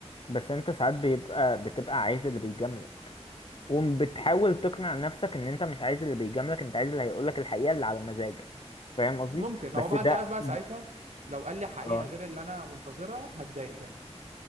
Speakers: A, on the left (about 50°); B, on the right (about 85°).
A: بس انت ساعات بيبقى بتبقى عايز اللي بيجاملك وبتحاول تقنع نفسك ان انت مش عايز اللي بيجاملك انت عايز اللي هيقولك الحقيقة اللي على مزاجك فاهم قصدي
B: ممكن
A: بس
B: هو بقى
A: ده
B: انت عارف بقى
A: ده-
B: ساعتها لو قال لي حقيقه
A: اه
B: غير اللي انا منتظرها هتضايق جامد